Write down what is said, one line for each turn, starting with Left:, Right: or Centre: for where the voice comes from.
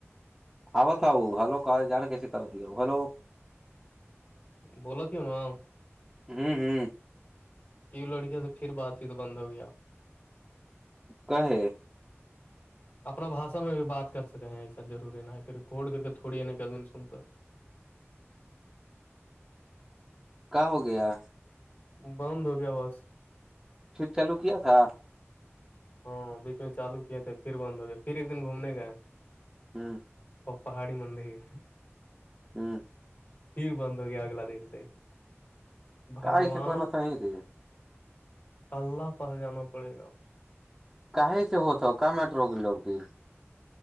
Centre: آو تھا وہ ہلو کہ جان کیسے کرتی ہلو
Left: بولا ت ہ نا ہ
Centre: ہوں ہوں
Left: کیوں لڑکیاوں سے پھر بات چیت بند ہو گیا
Centre: کا ہے
Left: <unintelligible> اپنا باشا میں بھی بات کر سکیں ہیں ایسا ضروری ن ہے کہ ریکارڈ کر کے تھوڑید سن تو
Centre: کا ہو گیا
Left: بند ہو گیا بس
Centre: چٹ چالو کیا تھا
Left: ہاں بیچ میں چالو کیے تھے پھر بند ہو گئے پھر ایک دن گھومنے گئے
Centre: ہوں
Left: وہ پہاڑی مندر
Centre: ہاں
Left: پھر بند ہو گیا اگلا دن سے بھگوان
Centre: کائی سے کرت ہی رے
Left: اللہ پاس جانا پڑے گا
Centre: کہاں سے ہوتا ہو کہ میٹرو کے لوگ کی